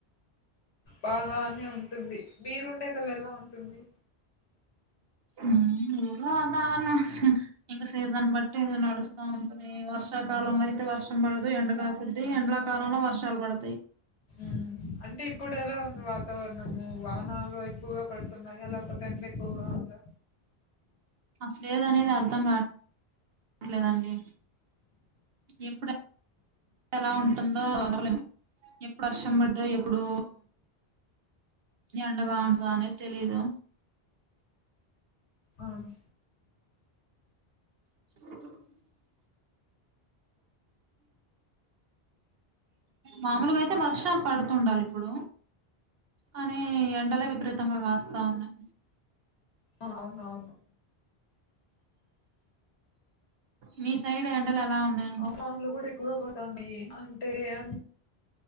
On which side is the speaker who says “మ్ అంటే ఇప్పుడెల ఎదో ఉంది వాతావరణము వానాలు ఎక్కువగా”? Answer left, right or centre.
Left